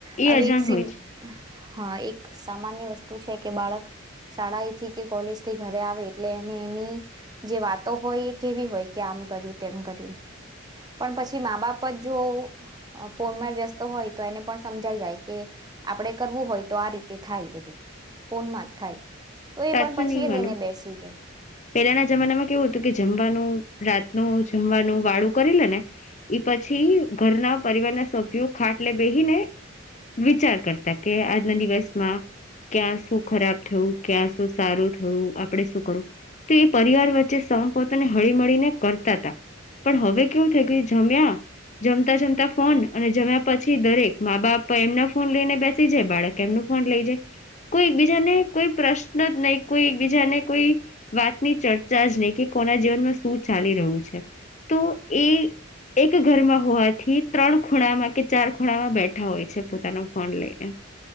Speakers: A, on the left; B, on the right.
A: એ
B: હવે
A: અજાણ
B: એક સિમ
A: હોય છે
B: હા એક સામાન્ય વસ્તુ છે કે બાળક શાળાથી કે કોલેજ થી ઘરે આવે એટલે એને એની જે વાતો હોય એ કેવી હોય કે આમ કર્યું તેમ કર્યું પણ પછી મા બાપ જ જો ફોનમાં વ્યસ્ત હોય તો એને પણ સમજાઈ જાય કે આપણે કરવું હોય તો આ રીતે થાય બધું ફોનમાં જ થાય તો એ
A: સાચું
B: પણ પછી
A: નહ
B: એ
A: માનું
B: લઈને બેસી જાય
A: પેલા ના જમાનામાં કેવું હતું કે જમવાનું રાતનું જમવાનું વાળું કરી લે ને એ પછી ઘરના પરિવારના સભ્યો ખાટલે બેહીને વિચાર કરતા કે આજના દિવસમાં ક્યાં શું ખરાબ થયું ક્યાં શું સારું થયું આપડે શું કરવું તો એ પરિવાર વચ્ચે સ પોતાને હળી મળળીને કરતા હતા પણ હવે કેવું થઈ ગયું જમ્યા જમતા જમતા ફોન અને જમ્યા પછી દરેક મા બાપ એમના ફોન લઈને બેસ બાળક એમનું ફોન લઈ જાય કોઈ બીજાને કોઈ પ્રશ્ન જ ન કોઈ એકબીજાને કોઈ વાતની ચર્ચા જ નહીં કે કોના જીવનમાં શું ચાલી રહ્યું છે તો એ એક ઘરમાં હોવા થી ત્રણ ખૂણામાં કે ચાર ખૂણામાં બેઠા હોય છે પોતાનો ફોન લઈને